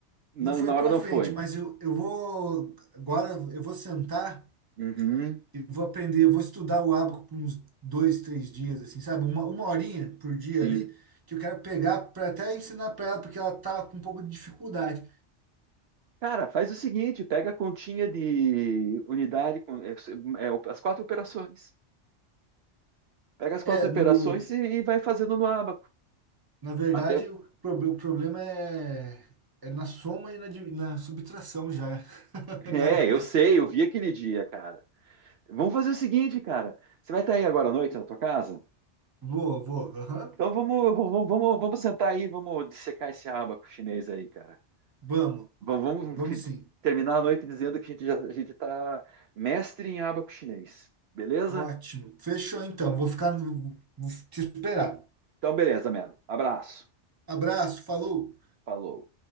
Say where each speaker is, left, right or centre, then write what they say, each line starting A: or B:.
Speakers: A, on the right (about 65°); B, on the right (about 20°).
A: Na,
B: não foi
A: na hora
B: pra
A: não
B: frente,
A: foi.
B: mas eu, eu vou agora eu vou sentar.
A: Uhum.
B: E vou aprender, vou estudar o ábaco por uns dois, três dias, assim, sabe? Uma, uma horinha por dia
A: Sim.
B: ali, que eu quero pegar para até ensinar para ela, porque ela tá com um pouco de dificuldade.
A: Cara, faz o seguinte: pega a continha de unidade, com- é, é, o- as quatro operações. Pega as quatro
B: É,
A: operações
B: no,
A: e, e vai fazendo no ábaco.
B: na verdade,
A: Até. <laughs>
B: o, prob- o problema é, é na soma e na, di- na subtração já, <laughs>
A: É,
B: né?
A: eu sei, eu vi aquele dia, cara. Vamos fazer o seguinte, cara. Você vai estar aí agora à noite na tua casa?
B: Vou, vou, aham.
A: Então vamos, vamos, vamos, vamos sentar aí, vamos dissecar esse abaco chinês aí, cara.
B: Vamos,
A: Vamos, vamos
B: vamos
A: fi-
B: sim.
A: terminar a noite dizendo que a gente já, a gente tá mestre em abaco chinês. Beleza?
B: Ótimo. Fechou então, vou ficar, no- vou te esperar.
A: Então, beleza, mano. Abraço.
B: Abraço, falou!
A: Falou.